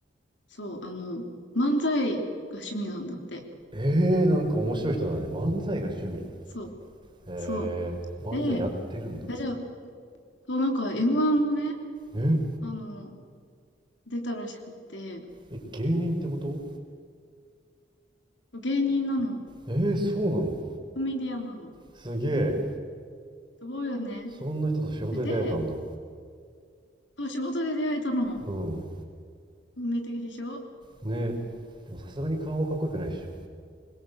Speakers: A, on the left (about 70°); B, on the right (about 25°).
A: そう、あの、漫才が趣味なんだって。
B: ええなんか面白い人だね。漫才が趣味。へ
A: そう、
B: え、
A: そう。
B: 漫才やってるんだ。
A: で、あじゃあ、そう、なんか M1 もね、
B: え、
A: あの、出たらしくって、
B: え、芸人ってこと
A: 芸人なの、
B: えーそうなの
A: コメディアンなの。
B: すげえ。
A: すごいよね。
B: そんな人と仕事で出会えたんだ。
A: で、で、そう、仕事で出会えたの。
B: うん。
A: 運命的でしょ
B: ね。でもさすがに顔はかっこよくないっしょ。